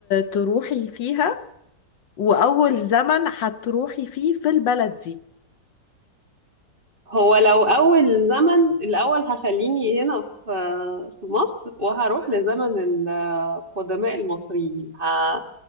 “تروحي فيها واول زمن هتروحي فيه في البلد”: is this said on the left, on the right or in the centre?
Left